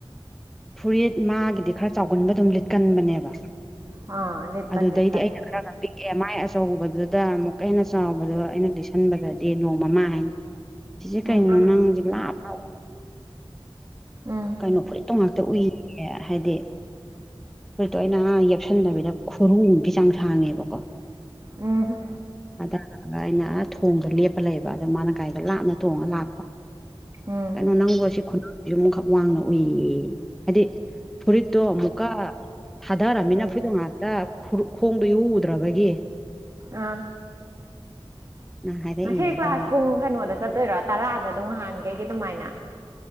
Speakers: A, in the centre; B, on the right.
A: ꯐꯨꯔꯤꯠ ꯃꯥꯒꯤꯗꯤ ꯈꯔ ꯆꯥꯎꯒꯟꯕ ꯑꯗꯨꯝ ꯂꯤꯠꯀꯟꯕꯅꯦꯕ
B: ꯑꯥ ꯂꯦꯠꯄꯟ
A: ꯑꯗꯨꯗꯩꯗꯤ
B: ꯂꯦꯠꯄꯟ
A: ꯑꯩꯅ ꯈꯔ ꯉꯝꯕꯤ ꯑꯦ ꯃꯥꯏ ꯑꯆꯧꯕꯗꯨꯗ ꯑꯃꯨꯛꯀ ꯍꯦꯟꯅ ꯆꯥꯎꯕꯗꯣ ꯑꯩꯅ ꯇꯁꯟꯕꯗꯗꯤ ꯅꯣꯡꯃꯃꯥ ꯍꯥꯏꯅꯤ ꯁꯤꯁꯦ
B: ꯎꯝ
A: ꯀꯩꯅꯣ ꯅꯪꯁ ꯂꯥꯞ ꯂ
B: ꯎꯝ
A: ꯀꯩꯅꯣ ꯐꯨꯔꯤꯠꯇꯣ ꯉꯥꯛꯇ ꯎꯏꯦ ꯍꯥꯏꯗꯤ ꯍꯧꯠꯇꯣ ꯑꯩꯅꯥ ꯌꯦꯞꯁꯟꯗꯕꯤꯗ ꯈꯨꯔꯨꯗꯤ ꯆꯥꯡ ꯁꯥꯡꯉꯦꯕꯀꯣ
B: ꯎꯝ
A: ꯑꯗ ꯑꯩꯅ ꯊꯣꯡꯗ ꯂꯦꯞꯄ ꯂꯩꯕ ꯑꯗꯣ ꯃꯥꯅ ꯀꯥꯏꯗ ꯂꯥꯞꯅ ꯇꯣꯡꯉ ꯂꯥꯛꯄ
B: ꯎꯝ
A: ꯀꯩꯅꯣ ꯅꯪꯕꯨ ꯁꯤ ꯈꯨꯟꯁꯤ ꯑꯃꯨꯛꯈꯛ ꯋꯥꯡꯅ ꯎꯏꯌꯦ ꯍꯥꯏꯗꯤ ꯐꯨꯔꯤꯠꯇꯣ ꯑꯃꯨꯛꯀ ꯊꯥꯗꯔꯃꯤꯅ
B: ꯎꯝ
A: ꯐꯨꯔꯤꯠꯇꯣ ꯉꯥꯛꯇ ꯈꯣꯡꯗꯣ ꯌꯎ ꯎꯗ꯭ꯔꯕꯒꯤ
B: ꯑꯥ
A: ꯅ ꯍꯥꯏꯔꯛꯏ
B: ꯉꯁꯤ
A: ꯑꯗꯨꯒꯤ
B: ꯀ꯭ꯂꯥꯁ ꯄꯨꯡ ꯀꯩꯅꯣꯗ ꯆꯠꯇꯣꯏꯔꯣ ꯇꯔꯥꯗ ꯑꯗꯨꯝ ꯅꯍꯥꯟꯈꯩꯒꯤ ꯑꯗꯨꯃꯥꯏꯅ